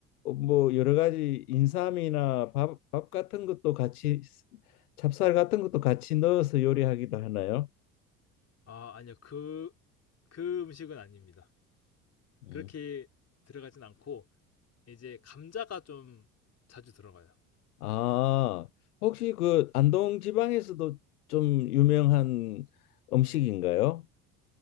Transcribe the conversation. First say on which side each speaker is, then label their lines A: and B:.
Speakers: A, on the left; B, on the left.
A: 뭐 여러 가지 인삼이나 밥, 밥 같은 것도 같이 찹쌀 같은 것도 같이 넣어서 요리하기도 하나요?
B: 아, 아니요. 그 그 음식은 아닙니다.
A: 음.
B: 그렇게 들어가진 않고 이제 감자가 좀 자주 들어가요.
A: 아, 혹시 그 안동 지방에서도 좀 유명한 음식인가요?